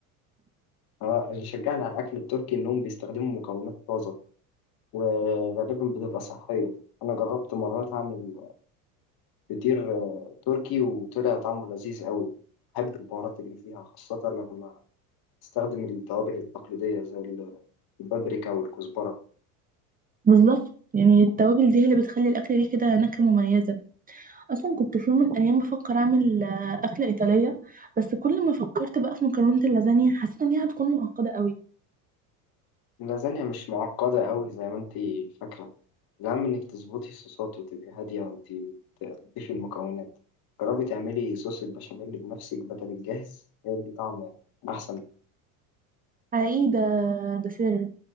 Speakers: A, on the left; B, on the right.
A: آه، اللي شجعني على الأكل التركي إنهم بيستخدموا مكونات طازة وغالبا بتبقى صحية أنا جربت مرات أعمل فطير آه، تركي وطلع طعمه لذيذ قوي بحب البهارات اللي فيها خاصة لما تستخدم التوابل التقليدية زي ال- البابريكا والكزبرة
B: بالظبط يعني التوابل دي هي اللي بتخلي الأكلة دي كده نكهة مميزة اصلا كنت في يوم من الايام بفكر اعمل آه، اكله ايطاليه بس كل ما فكرت بقى في مكرونه اللازانيا حسيت ان هي هتكون معقده قوي
A: اللازانيا مش معقدة قوي زي ما انتي فاكرة الأهم انك تظبطي الصوصات وتبقي هادية وانتي بت- بتضيفي المكونات جربي تعملي صوص البشاميل بنفسك بدل الجاهز هيدي طعم أحسن
B: حقيقي ده ده سر